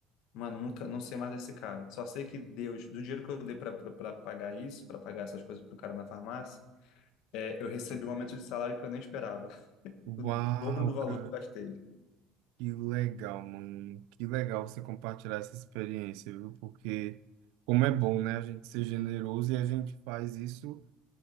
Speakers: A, on the left (about 65°); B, on the right (about 80°).
A: Mano, nunca, não sei mais desse cara. Só sei que Deus, do dinheiro que eu dei pra pra- pra pagar isso, pra pagar essas coisas pro cara na farmácia, é, eu recebi um aumento de salário que eu nem esperava. <laughs>
B: Uau,
A: O dobro do valor
B: cara,
A: que eu gastei.
B: que legal, mano. Que legal você compartilhar essa experiência, viu? Porque como é bom, né? A gente ser generoso e a gente faz isso